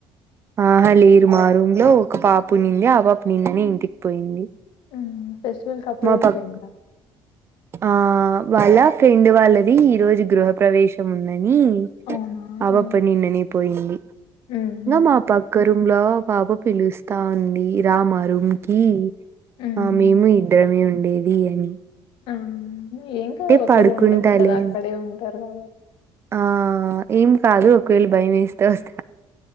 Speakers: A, on the right; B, on the left.
A: ఆహా లేరు మా రూమ్ లో ఒక పాప ఉనింది ఆ పాప నిన్ననే ఇంటికి పోయింది
B: ఉహ్ ఫెస్టివల్ ఆప్పుడే
A: మా
B: వెళ్ళిపోయిందా
A: పక్ ఆ వాళ్ళ ఫ్రెండ్ వాళ్ళది ఈ రోజు గృహ ప్రవేశం ఉన్నాది. నీ
B: అవునా
A: అవా
B: ఆ
A: పని ఉందనే పోయింది
B: ఉమ్
A: మా పక్కరు రూమ్లో పాప పిలుస్తా అంది రా మా రూమ్ కి
B: ఉమ్
A: ఆ మేము ఇద్దరమే ఉండేది బిర్యానీ
B: అవునా ఏం కాదు ఒకరే
A: పడుకుంటాలే
B: ఉండొచ్చు కదా అక్కడే
A: అని
B: ఉంటారు. కాబ
A: ఆ ఏం కాదు ఒకవేళ భయం వేస్తే వస్త